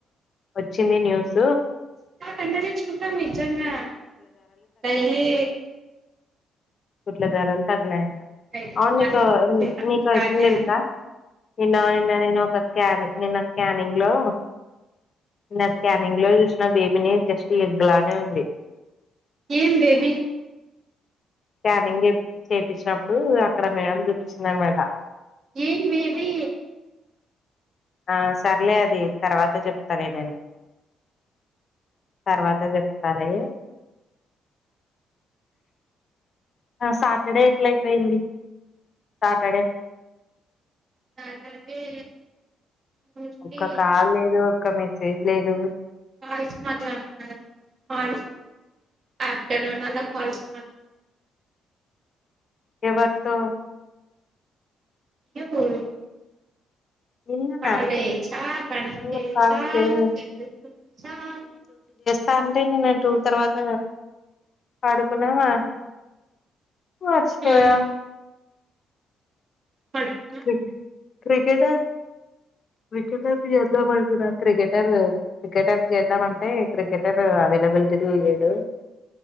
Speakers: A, on the left (about 50°); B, on the right (about 55°).
A: వచ్చింది న్యూస్
B: అండ తెచ్చుకుంటాం మీ నిజాంగా డైలీ
A: కుట్లా దారలు తగినాయి
B: అయితే
A: అవును
B: తినాలి
A: నీకు
B: తింటా
A: నీకు
B: స్టార్ట్
A: ఒకా విషయం
B: చేయాలి
A: టెలుసా నిన్న నిన్న నేను ఒక స్కాన్ నిన్న స్కానింగ్ లో నిన్న స్కానింగ్ లో చూసిన బేబీని జస్ట్ ఎ్లానే ఉంది
B: ఏం బేబీ
A: స్కానింగ్ చేయించినప్పుడు అక్కడ మేడం చూపించింది అనమాట
B: ఏ బేబీ
A: ఆ సర్లే అది తర్వాత చెప్తాలే నేను తర్వాత చెప్తాలే సాటర్డే ఎట్లయిపోయింది సాటర్డే
B: సాటర్డే మోస్ట్లీ
A: ఒ కాాల లేదు క్క మేసేజ్ లేదు
B: కాల్స్ మట్లదుతునగా కాల్స్ ట్లా ఆఫటర్నూన్ అలా కాల్స్
A: ఎవరితో
B: ఇవ్వు
A: నిన్ననా
B: కేలే చ కను
A: నిన్న
B: థెరిచా
A: కాల్స్ లేదు
B: అంటే చ
A: తంటే నేను టూ తర్వాత పడుకున్నావా మర్చిపోయా
B: హ్మ్ పడుకున్నా
A: క్రిక్ క్రికెటర్ వికెటర్ కి చేద్దాం అనుకున్న క్రికెటర్ వికెటర్ చేద్దామంటే క్రికెటర్ అవైలబిలిటీలో లేడు